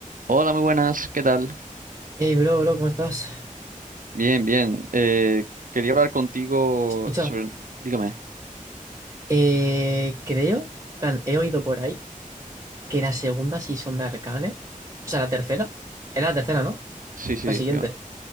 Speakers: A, on the right; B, on the right.
A: Hola, muy buenas, ¿qué tal?
B: Hey, bro, bro, ¿cómo estás?
A: Bien, bien. Eh, quería hablar contigo
B: Escucha,
A: sobre... Dígame.
B: eh, creo, plan, he oído por ahí que la segunda season de Arcane, o sea, la tercera, era la tercera, ¿no?
A: Sí, sí,
B: La siguiente,
A: Iván.